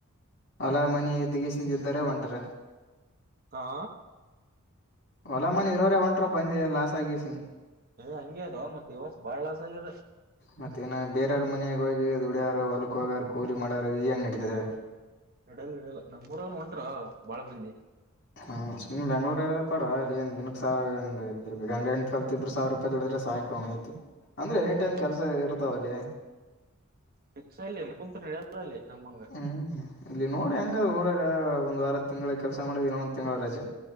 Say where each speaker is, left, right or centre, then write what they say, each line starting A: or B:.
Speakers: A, on the left; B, on the right.
A: ಅಲ್ಲ ಮನ್ನಿ ಇದ್ದಗಿಸಿಂದ್ ಇದ್ದಾರ ಒಂಟರ.
B: ಹಾ
A: ಹೊಲ ಮನಿ ಇರೋರೆ ಹೊಂಟಾರಪಾ ಅಂದೆ ಲಾಸ್ ಆಗಿಸಿಂದ್.
B: ಎ ಹಂಗೆ ಅದೊ ಮತ್ತೆ ಈ ವರ್ಷ್ ಬಾಳ್ ಲಸ್ ಆಗ್ಯದ.
A: ಮತ್ತ ಇನ್ನ್ ಬೇರವ್ರ ಮನೇಗಿ ಹೋಗಿ ದುಡ್ಯಾರ ಹೊಲಕ್ ಹೋಗಾರ ಕೂಲಿ ಮಾಡಾರ ಈ ಹೆಂಗ್ ನಡಿತದ್ ಹೇಳ್.
B: ನಡ್ಯಲ್ಲ ನಡ್ಯಲ್ಲ ನಮ್ಮ್ಊರನ್ ಒಂಟ್ರ ಬಾಳ ಮಂದಿ.
A: ಹಾ <unintelligible> ಬೆಂಗ್ಳೂರ <unintelligible> ಡ ಅಲ್ಲಿಂದ ದಿನಕ್ ಸಾವರ್ <unintelligible> ಸಾವಿರ ರೂಪಾಯಿ ದುಡಿದ್ರ ಸಾಕ ಅವಣ್ ಐತಿ. ಅಂದ್ರೆ ಎನಿ
B: ಹ್ಮ್
A: ಟೈಮ್
B: ದುಡ್
A: ಕೆಲ್ಸ ಇರ್ತಾವ ಅಲ್ಲಿ.
B: ಫಿಕ್ಸ್ ಅಲ್ಲಿ <unintelligible> ಅಲ್ಲಿ ನಮ್ಮಂಗ.
A: ಹ್ಮು ಇಲ್ಲಿ ನೋಡಿ ಹೆಂಗದ್ ಊರಾಗ ಒಂದ್ ವಾರ ತಿಂಗ್ಳ್ ಕೆಲ್ಸ ಮಾಡಿದ ಇನ್ನ ಒಂದ್ ತಿಂಗಳ ರಜಾ.